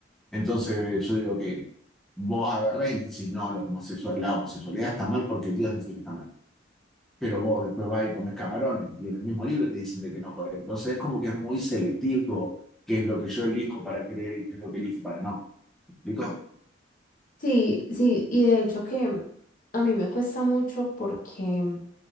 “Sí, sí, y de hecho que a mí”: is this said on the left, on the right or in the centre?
Left